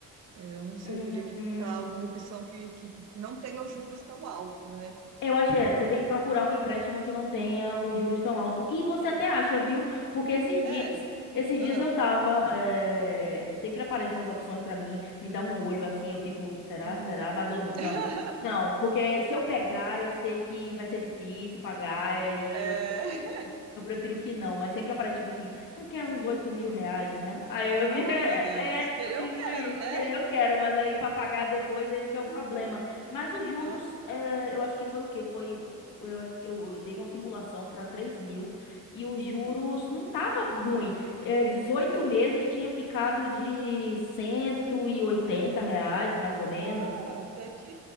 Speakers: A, on the right; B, on the left.
A: É, eu não sei,
B: Hum.
A: teria que buscar alguma opção que, que não tenha os juros tão alto, né?
B: Eu acho que é, você tem que procurar um empréstimo que não tenha os juros tão altos. E você até acha, viu? Porque esses dias,
A: É,
B: esses
A: ah,
B: dias eu tava, eh, sempre aparecem essas opções pra mim, me dá um olho assim, eu fico, será,
A: uhum.
B: será? Mas eu n- não,
A: <laughs>
B: não, porque se eu pegar, eu sei que vai ser difícil pagar e aí
A: É...
B: eu prefiro, eu prefiro que não. Mas sempre aparece tipo assim, não quer uns oito mil reais, não? Aí eu vi,
A: Ah,
B: <laughs>
A: meu Deus.
B: é, é,
A: Querer
B: tipo
A: eu quero,
B: isso,
A: né?
B: querer eu quero, mas aí pra pagar depois, esse que é o
A: Ah,
B: problema. Mas os
A: Então,
B: juros, eh, eu acho que foi o quê? Foi, o- eu, acho- eu dei uma simulação para três mil e os juros
A: hum,
B: não tava ruim. Eh, dezoito
A: é.
B: meses tinha ficado de 180 reais, mais ou menos.
A: Ah, até que,